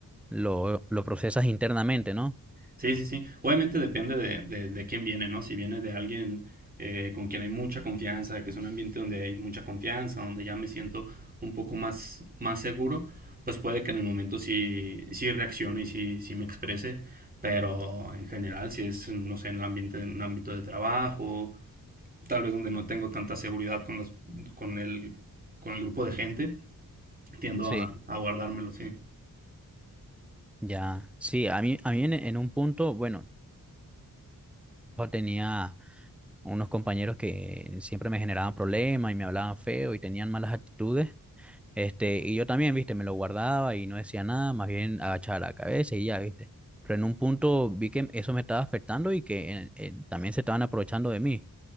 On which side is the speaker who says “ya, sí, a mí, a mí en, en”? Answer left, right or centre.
Centre